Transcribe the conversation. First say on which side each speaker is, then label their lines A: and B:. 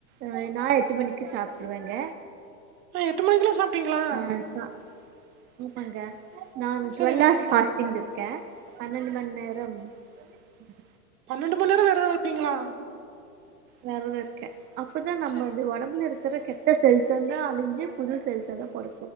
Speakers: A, on the right (about 25°); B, on the right (about 70°).
A: ஆ நா எட்டு மணிக்கு சாப்ட்ருவேங்க
B: ஆ எட்டு மணிக்கு ல்லாம் சாப்ட்ருவீங்களா
A: வேஸ்தா என்ன பண்ற நா டுவெல்
B: சரிங்க
A: ஹார்ஸ்
B: சரிங்க
A: ஃபாஸ்டிங் இருக்கே பன்னெண்டு மண் நேரம் உம் <inaudible>
B: பன்னெண்டு மணி நேர வெரதம் இருப்பீங்ளா
A: வெறதோ இருக்கே அப்பதா நம்ம
B: ச
A: இது ஒடம்புல இருக்கிற கெட் ட செல்ஸ் எல்லா அழிஞ்சு புது செல்ஸ் எல்லா பொற